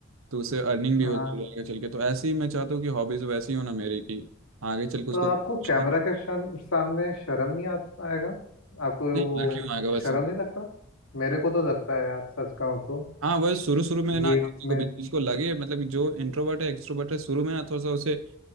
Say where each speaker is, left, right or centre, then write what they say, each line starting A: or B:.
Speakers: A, on the right (about 70°); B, on the left (about 80°).
A: तो उससे अर्निंग भी
B: हाँ
A: होती है आगे चल के तो ऐसे ही मैं चाहता हूँ कि हॉबीज वैसी हो ना मेरी की आगे चल के उसको
B: तो आपको
A: कुछ
B: कैमरा
A: नहीं
B: के शर्म, सामने शर्म नहीं आ, आएगा आपको
A: नहीं,
B: वो
A: ना क्यों आएगा वैसे
B: शर्म नहीं लगता मेरे को तो लगता है यार सच कहूँ तो
A: हाँ वही शुरू शुरू में
B: भीड़
A: ना किसी को
B: में
A: भी चीज को लगे मतलब कि जो इंट्रोवर्ट है एक्सट्रोवर्ट है शुरू में ना थोड़ा सा उसे